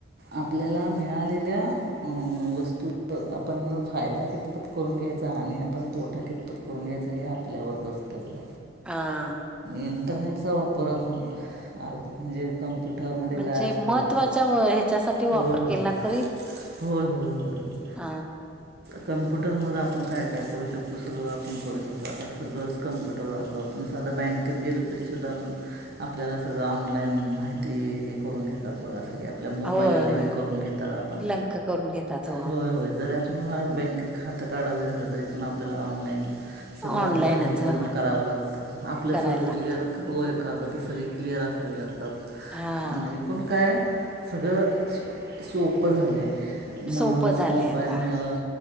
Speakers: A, on the right; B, in the centre.
A: आपल्याला मिळालेल्या अ वस्तू आपण फायदा कितपत करून घ्यायचा आणि आपण तोटा कितपत करून घ्यायचा या आपल्यावरच असतं बर.
B: आ.
A: इंटरनेटचा वापर आपण अर्थात म्हणजे कम्प्युटरमध्ये
B: म्हणजे
A: काय असतं.
B: महत्त्वाच्या ह्याच्यासाठी वापर
A: होय होय,
B: केला तरी
A: होय होय होय होय.
B: अ
A: कम्प्युटरमध्ये आपण काय-काय करू शकतो सगळं आपण करू शकतो आता सगळंच कम्प्युटरवर असो आपण साधा बँकेत गेलो तरी सुद्धा आपण आपल्याला सगळं ऑनलाईन माहिती हे करून घेतात बघा सगळे आपल्या मोबाईलला
B: होय
A: लिंक
B: होय
A: करून घेतात आपण
B: लंक करून घेतात हो
A: होय-होय जर आप हम् बँकेत खातं काढावे झालं तरी पण आपल्याला ऑनलाईन सगळं आपलं
B: ऑनलाईनच
A: हे
B: ह
A: करून करावं लागतं आपलं
B: करायला
A: सगळं
B: लागत
A: क्लिअर होय कागद सगळी क्लिअर असावे लागतात
B: हा
A: एकूण काय सगळं सोपं झालं आहे म
B: सोपं झालंय
A: मोबाईलमुळं
B: आता